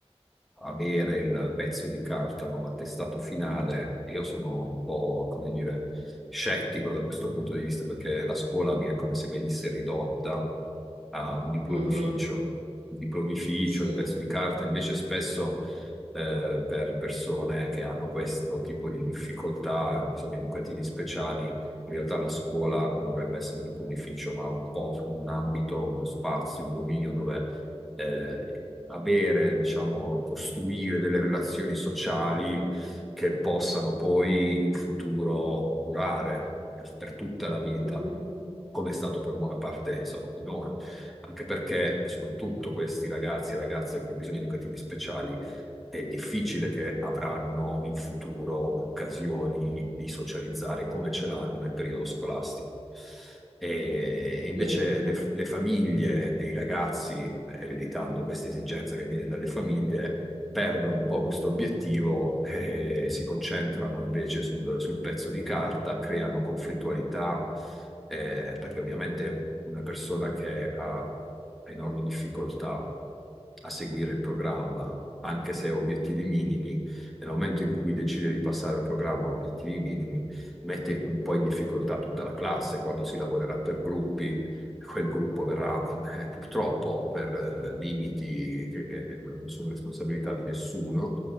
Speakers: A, in the centre; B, on the right (about 60°).
A: avere il pezzo di carta, no, l'attestato finale, io sono un po', come dire, scettico da questo punto di vista, perché la scuola mi è come se venisse ridotta a un diplomificio.
B: Mhm,
A: Un diplomificio,
B: Sì,
A: il pezzo di carta, invece spesso eh, per persone che hanno questo tipo di difficoltà, bisogni educativi speciali. In realtà la scuola non dovrebbe essere un beneficio, ma un po' un ambito, uno spazio, un dominio dove eh, avere, diciamo, costruire delle relazioni sociali che possano poi in futuro durare per, per tutta la vita.
B: mhm,
A: Come è stato per buona parte, insomma, di noi, anche perché, e soprattutto
B: Sì,
A: questi ragazzi e ragazze con bisogni educativi speciali è difficile che avranno in futuro occasioni di socializzare come ce l'hanno nel periodo scolastico. E invece
B: sì,
A: le, le famiglie e i ragazzi, eh, ereditando questa esigenza che viene dalle famiglie, perdono un po' questo obiettivo e si concentrano invece sul, sul pezzo di carta, creano conflittualità, eh, perché ovviamente una persona che ha, ha enormi difficoltà a seguire il programma, anche se ha obiettivi minimi, nel momento in cui decide di passare al programma obiettivi minimi, mette un po' in difficoltà tutta la classe quando si lavorerà per gruppi quel gruppo verrà eh, purtroppo per eh, limiti che, che non sono responsabilità di nessuno,